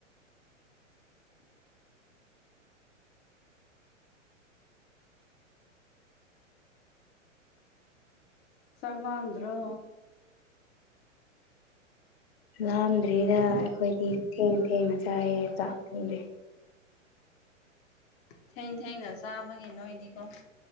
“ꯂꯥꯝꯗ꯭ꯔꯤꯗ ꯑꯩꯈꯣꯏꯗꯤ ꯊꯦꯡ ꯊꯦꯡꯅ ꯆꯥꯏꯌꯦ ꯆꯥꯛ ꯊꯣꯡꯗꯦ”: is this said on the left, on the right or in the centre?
Left